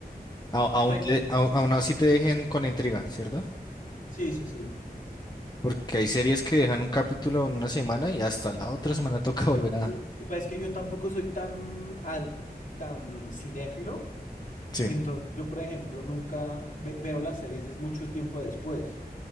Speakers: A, on the left (about 25°); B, on the left (about 55°).
A: A- aún,
B: Pero-
A: te- au- aún así te dejen con la intriga, ¿cierto?
B: sí, sí, sí.
A: Porque hay series que dejan un capítulo en una semana y hasta la otra semana <laughs> toca volver
B: Eh,
A: a...
B: Lo que pasa es que yo tampoco soy tan, al- tan cinéfilo.
A: Sí.
B: Entonces, yo, por ejemplo, nunca ve- veo las series, es mucho tiempo después.